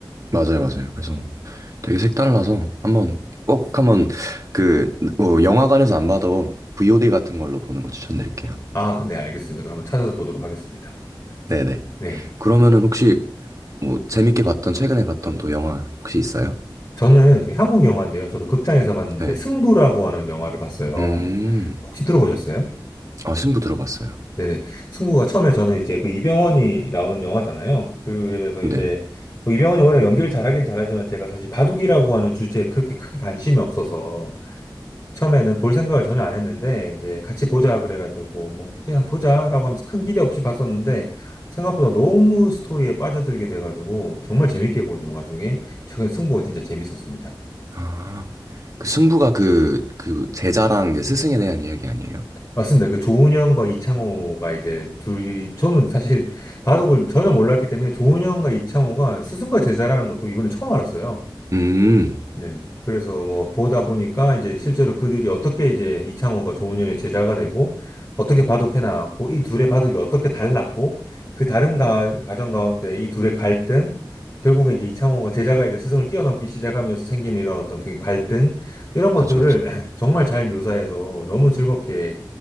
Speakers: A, on the right (about 40°); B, on the left (about 30°).
A: 맞아요, 맞아요. 그래서 되게 색달라서 한번 꼭 한번 그 어, 영화관에서 안 봐도 VOD 같은 걸로 보는 거 추천드릴게요.
B: 아, 네, 알겠습니다. 그러면 찾아서 보도록 하겠습니다.
A: 네네.
B: 네.
A: 그러면은 혹시 뭐 재밌게 봤던 최근에 봤던 또 영화 혹시 있어요?
B: 저는 한국 영화인데요. 저도 극장에서 봤는데
A: 네.
B: 승부라고 하는 영화를 봤어요.
A: 음,
B: 혹시 들어보셨어요?
A: 아 승부 들어봤어요.
B: 네네. 승부가 처음에 저는 이제 그 이병헌이 나오는 영화잖아요. 그래서
A: 네.
B: 이제 뭐 이병헌이 워낙 연기를 잘하긴 잘하지만 제가 사실 바둑이라고 하는 주제에 그렇게 크게 관심이 없어서 처음에는 볼 생각을 전혀 안 했는데 이제 같이 보자 그래가지고 뭐 그냥 보자라고 하면서 큰 기대 없이 봤었는데 생각보다 너무 스토리에 빠져들게 돼가지고 정말 재밌게 본 영화 중에 최근 승부가 진짜 재밌었습니다.
A: 아, 그 승부가 그 그 제자랑 이제 스승에 대한 이야기 아니에요?
B: 맞습니다. 그 조은현과 이창호가 이제 둘이 저는 사실 <laughs> 바둑을 전혀 몰랐기 때문에 조은현과 이창호가 스승과 제자라는 것도 이번에 처음 알았어요.
A: 음,
B: 네. 그래서 뭐 보다 보니까 이제 실제로 그들이 어떻게 이제 이창호가 조은현의 제자가 되고 어떻게 바둑해 나왔고 이 둘의 바둑이 어떻게 달랐고 그 다른 가, 과정 가운데 이 둘의 갈등 결국에 이제 이창호가 제자가 이제 스승을 뛰어넘기 시작하면서 생기는 이런 어떤 그 갈등 이런 것들을
A: 그쵸, 그쵸.
B: <clears throat> 정말 잘 묘사해서 너무 즐겁게